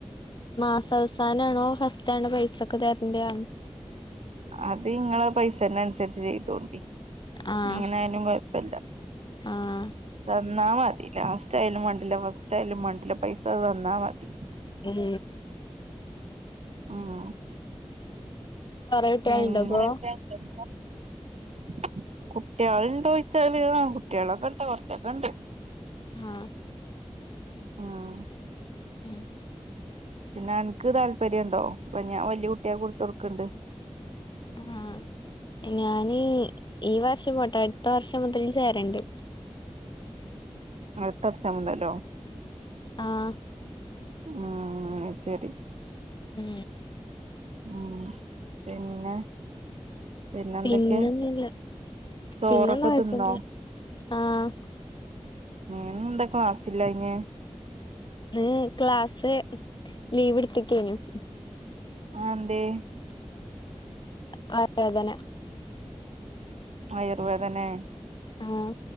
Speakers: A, on the left (about 45°); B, on the right (about 80°).
A: മാസവസാനാണോ ഫസ്റ്റാണോ പൈസൊക്കെ തരണ്ട്യെ
B: അത് ഇങ്ങളെ പൈസൻ്റെ അനുസരിച്ച് ചെയ്തോണ്ടി
A: ആഹ്
B: ഇ എങ്ങനെ ആയാലും കൊയ് പ്പല്ല..
A: ആഹ്
B: <unintelligible> ന്നാ മതി. ലാസ്റ്റ് ആയാലും മാണ്ടില്ല. ഫസ്റ്റ് ആയാലും മാണ്ടില്ല. പൈസത് തന്നാ മതി
A: ഉം
B: ഊം
A: കൊറെ കുട്ടികളുണ്ടോപ്പൊ
B: ഉം <unintelligible> കുട്ടികള്ണ്ടോ യ്ച്ചാല് കുട്ടികളൊക്കെ ഇണ്ട് കുറച്ചൊക്കെ ഉണ്ട്
A: ആഹ്
B: ആഹ
A: ആഹ
B: പിന്നെ അനക്ക് താല്പര്യണ്ടോ ഞാൻ വല്യ കുട്ട്യാ ക്ക് ഇട്ത്ത് ടു ക്കുന്ണ്ട്.
A: ആഹ ഞാന് ഈ വർഷം പോട്ടെ അടുത്ത വർഷം മുതല് ചേരണ്ട്.
B: അടുത്ത വർഷമുതലോ.
A: ആഹ
B: ഉം ശരി
A: മ്
B: ഉ പിന്നെ പിന്നെന്തൊക്കെ
A: പിന്നെ ഒന്നില്ല.
B: ചോറൊക്കെ
A: പിന്നെന്താ കൊഴപ്പൊന്നില്ല
B: തിന്നോ
A: ആഹ
B: എന്താ ക്ലാസ്സില്ല ഇന് <unintelligible>
A: ഇന്ന്ക്ലാസ്സ് ലീവ് എടുത്തികൈ നിം.
B: അതെന്തേയ്.
A: വയറു വേദന.
B: ആയുർവേദ ലേ
A: ആഹ